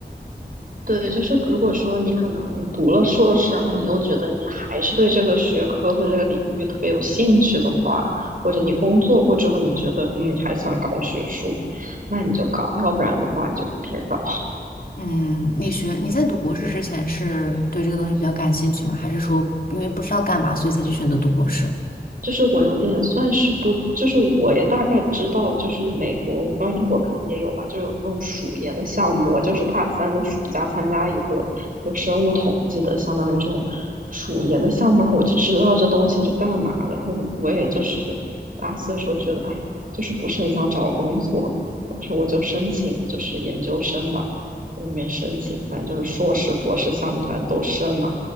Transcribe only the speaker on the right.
对，就是如果说你可能读了硕士，然后你又觉得你还是对这个学科或者这个领域特别有兴趣的话，或者你工作过之后，你觉得嗯，你还想搞学术，那你就搞，要不然的话就别搞。
就是我有点算是不，就是我也大概知道，就是美国，我不知道英国可能也有吧，就有那种暑研的项目。我就是大三的暑假参加一个就生物统计的，相当于这种暑研的项目，然后我就知道这东西是干嘛的。然后我我也就是大四的时候觉得，哎，就是不是很想找工作，我说我就申请就是研究生吧，在里面申请，反正就是硕士、博士项目，反正都申嘛。